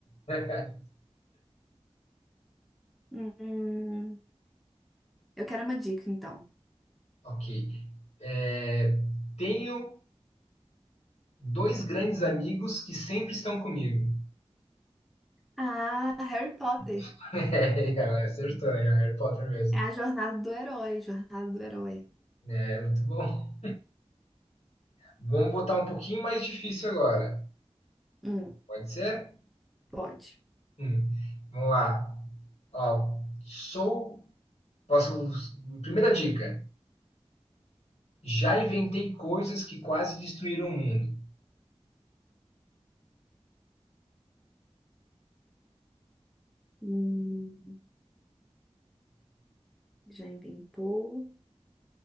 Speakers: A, on the left; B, in the centre.
A: Batman. <laughs>
B: Hum, eu quero uma dica, então.
A: Ok. É, tenho dois grandes amigos que sempre estão comigo.
B: Ah, Harry Potter.
A: <laughs> É, acertou, é Harry Potter mesmo.
B: É a jornada do herói, jornada do herói.
A: É, muito bom. Vamos botar um pouquinho mais difícil agora.
B: Hum.
A: Pode ser?
B: Pode.
A: Hum, Vamos lá. Ó, sou. Posso. Primeira dica. Já inventei coisas que quase destruíram o mundo.
B: Hum, já inventou.